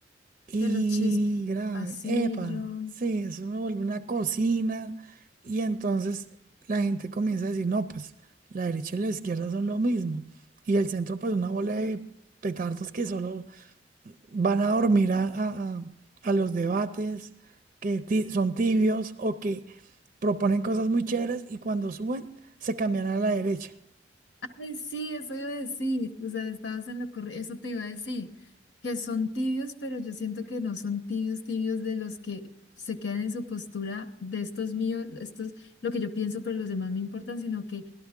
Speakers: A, on the right; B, on the left.
A: y
B: Que los chismes
A: gra-
B: de pasillo.
A: epa, sí, eso me vuelve una cocina. Y entonces la gente comienza a decir, no, pues la derecha y la izquierda son lo mismo. Y el centro, pues una bola de petardos que solo van a dormir a, a- a- a los debates que ti- son tibios o que proponen cosas muy chéveres y cuando suben se cambian a la derecha.
B: Ay, sí, eso iba a decir, o sea, estabas en lo correcto, eso te iba a decir, que son tibios, pero yo siento que no son tibios, tibios de los que se quedan en su postura de estos míos, estos, lo que yo pienso, pero los demás me importan, sino que